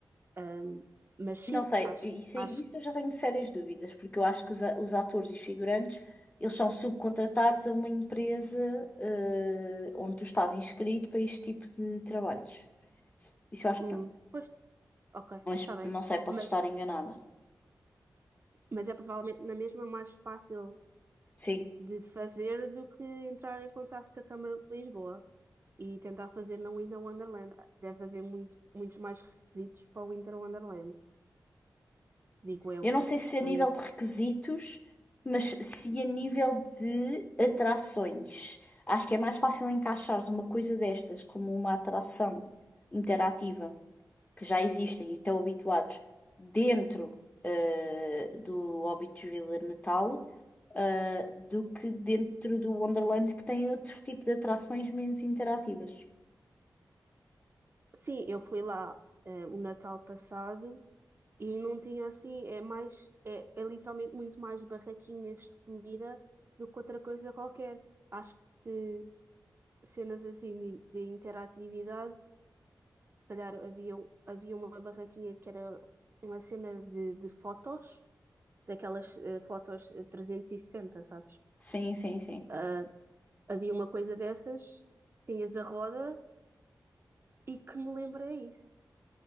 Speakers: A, on the right; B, on the left.
A: Ahm, mas sim,
B: Não sei,
A: acho,
B: isso,
A: acho,
B: isso eu já tenho sérias dúvidas, porque eu acho que os, a- os atores e os figurantes, eles são subcontratados a uma empresa, eh, onde tu estás inscrito para este tipo de trabalhos. Isso eu acho
A: hum,
B: que não.
A: pois, ok,
B: Mas
A: está bem.
B: não sei, posso
A: Mas,
B: estar enganada.
A: mas é provavelmente na mesma mais fácil
B: Sim.
A: de fazer do que entrar em contato com a Câmara de Lisboa. e tentar fazer na Winter Wonderland. Deve haver muito, muitos mais requisitos para o Winter Wonderland, digo eu.
B: Eu não sei se a
A: Pelo
B: nível
A: menos.
B: de requisitos, mas se a nível de atrações. Acho que é mais fácil encaixares uma coisa destas como uma atração interativa. que já existem e estão habituados dentro eh, do Hobbitsville de Natal, eh, do que dentro do Wonderland que tem outro tipo de atrações menos interativas.
A: Sim, eu fui lá eh, o Natal passado e não tinha assim, é mais, é, é literalmente muito mais barraquinhas de comida do que outra coisa qualquer. Acho que cenas assim de, de interatividade, se calhar havia, um- havia uma barraquinha que era uma cena de, de fotos, daquelas eh, fotos eh, 360, sabes?
B: Sim, sim, sim.
A: Ah, Havia uma coisa dessas, tinhas a roda e que me lembra é isso.